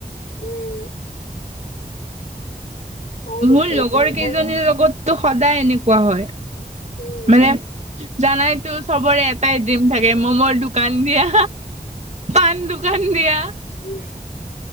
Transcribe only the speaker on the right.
মোৰ
লগৰ
কেইজনীৰ লগত তেওঁৰ সদায় এনেকুৱা হয়
মানে জানাইতো চবৰে এটাই ড্ৰিম থাকে মমৰ দোকান দিয়া পাণ দোকান দিয়া